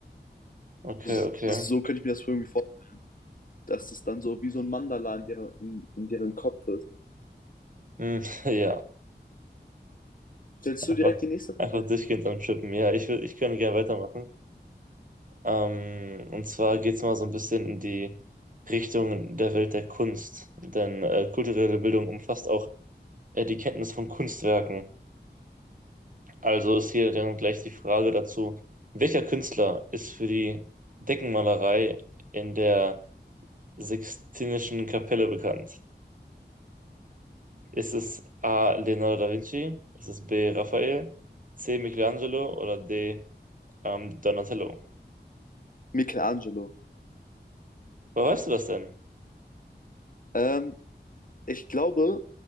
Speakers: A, on the right (about 50°); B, on the left (about 50°).
A: okay,
B: Das,
A: okay.
B: das, so könnte ich mir das irgendwie vorstellen, dass es dann so wie so ein Mandala in, deren, in, in deren Kopf ist.
A: Hm, <laughs> ja,
B: Stellst
A: einfach,
B: du direkt die nächste
A: einfach
B: Frage?
A: durchgehend am Chippen. Ja, ich, wür- ich könnte gerne weitermachen. Ähm, und zwar geht's mal so ein bisschen in die Richtung der Welt der Kunst. Denn äh, kulturelle Bildung umfasst auch äh, die Kenntnis von Kunstwerken. Also ist hier dann gleich die Frage dazu, welcher Künstler ist für die Deckenmalerei in der Sixtinischen Kapelle bekannt? Ist es A. Leonardo da Vinci? Ist es B. Raphael? C. Michelangelo oder D. Ähm, Donatello?
B: Michelangelo.
A: Woher weißt du das denn?
B: Ähm, ich glaube,